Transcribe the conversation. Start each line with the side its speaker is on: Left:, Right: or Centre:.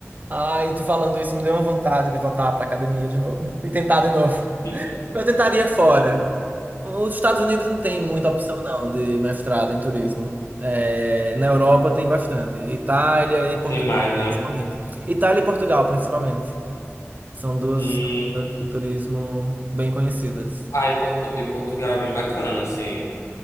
Right: Ai, tu falando isso me deu uma vontade de voltar pra academia de novo <laughs> e tentar de novo.
Left: <laughs>
Right: Eu tentaria fora. Os Estados Unidos não tem muita opção, não, de mestrado em turismo. É, na Europa tem bastante. Itália e Portugal,
Left: Tem mais, né?
Right: principalmente. Itália e Portugal, principalmente. São duas
Left: Hum.
Right: escolas de turismo bem conhecidas.
Left: Ah, e, Portu- e Portugal é bem bacana, assim.